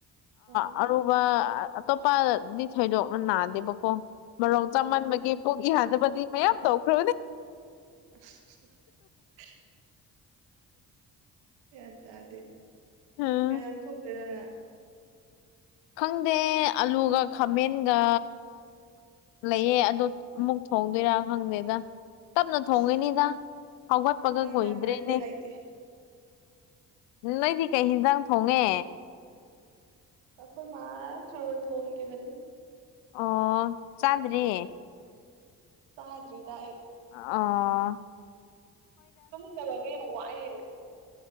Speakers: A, on the right; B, on the left.
A: ꯑꯥ
B: ꯑꯔꯨꯕ ꯑꯇꯣꯞꯄꯗꯤ ꯊꯣꯏꯗꯣꯛꯅ ꯅꯥꯗꯦꯕꯀꯣ ꯃꯔꯣꯛ ꯆꯥꯃꯟꯕꯒꯤ
A: ꯑꯥ
B: ꯄꯨꯛ ꯏ ꯌꯥꯗꯕꯗꯤ ꯃꯌꯥꯝ ꯇꯧ ꯈ
A: <inaudible> ꯌꯥ ꯇꯗꯗꯤꯗ
B: ꯎꯝ
A: ꯀꯩꯗꯪ ꯊꯣꯡꯗꯗꯔ
B: ꯈꯪꯗꯦ ꯑꯂꯨꯒ ꯈꯥꯃꯦꯟꯒ ꯂꯩꯌꯦ ꯑꯣ ꯑꯃꯨ ꯁꯣꯡꯗꯣꯏꯔꯥ ꯈꯪꯗꯦꯗ ꯇꯞꯅ
A: ꯑꯁ
B: ꯊꯣꯡꯉꯤꯅꯤꯗ
A: ꯅꯪ
B: ꯍꯧꯒꯠꯄꯒ
A: ꯅꯪ ꯏꯟꯖꯥꯡ
B: ꯀꯨꯏꯗ꯭ꯔꯦꯅꯦ
A: ꯂꯩꯔꯛ ꯕꯤꯠ ꯂꯩꯇꯦ
B: ꯎ ꯅꯣꯏꯗꯤ ꯀꯩ ꯌꯦꯤꯟꯖꯥꯡ ꯊꯣꯡꯉꯦ
A: ꯑꯩꯈꯣꯏ ꯃꯥ ꯊꯔꯣꯏ ꯊꯣꯡꯈꯤꯕꯅꯤ
B: ꯑꯣ ꯆꯥꯟꯗ꯭ꯔꯤ
A: ꯁꯥꯗ꯭ꯔꯤꯗꯥꯏ
B: ꯑꯥ
A: ꯇꯨꯝꯗꯕꯒ ꯋꯥꯏꯌꯦ